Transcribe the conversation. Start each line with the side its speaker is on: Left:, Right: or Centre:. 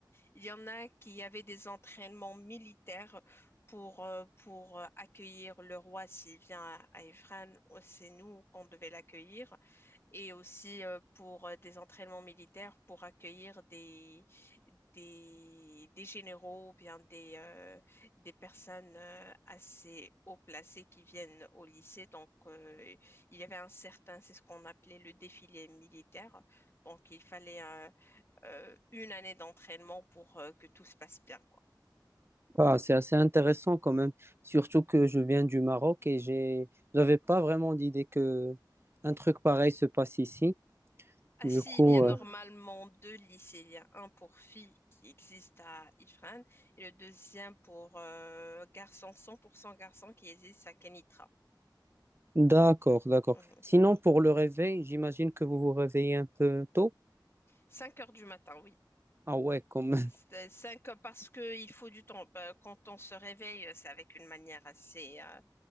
Left: Il y en a qui avaient des entraînements militaires pour, euh, pour euh, accueillir le roi s'il vient à, à Ifrane. Oh, C'est nous qu'on devait l'accueillir et aussi euh, pour euh, des entraînements militaires pour accueillir des, des, des généraux ou bien des, euh, des personnes euh, assez haut placées qui viennent au lycée. Donc, euh, il y avait un certain, c'est ce qu'on appelait le défilé militaire. Donc, il fallait euh, euh, une année d'entraînement pour euh, que tout se passe bien.
Right: Ah, c'est assez intéressant quand même, surtout que je viens du Maroc et j'ai, j'avais pas vraiment d'idée que un truc pareil se passe ici.
Left: Ah
Right: Du
Left: si,
Right: coup,
Left: il y a normalement
Right: euh,
Left: deux lycées. Il y a un pour filles qui existe à Ifrane et le deuxième pour euh, garçons, 100% garçons qui existe à Kenitra.
Right: d'accord, d'accord.
Left: Mhm.
Right: Sinon, pour le réveil, j'imagine que vous vous réveillez un peu tôt.
Left: 5 heures du matin, oui.
Right: Ah ouais, comme.
Left: C'est cinq euh, parce qu'il faut du temps. Bah, quand on se réveille, euh, c'est avec une manière assez, euh,